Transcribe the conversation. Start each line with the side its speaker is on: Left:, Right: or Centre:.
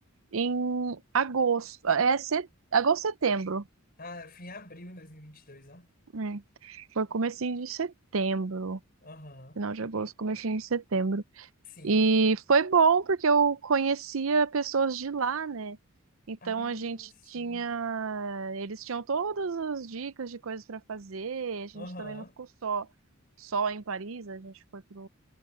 Right: em agosto. É set... agosto, setembro.
Left: Ah, eu fui em abril de dois mil e e vinte e dois, ó.
Right: É, Foi comecinho de setembro.
Left: Aham.
Right: Final de agosto, comecinho de setembro.
Left: Sim.
Right: E foi bom porque eu conhecia pessoas de lá, né? Então
Left: Ah,
Right: a gente
Left: sim.
Right: tinha, eles tinham todas as dicas de coisas para fazer. A gente
Left: Aham.
Right: também não ficou só só em Paris, a gente foi para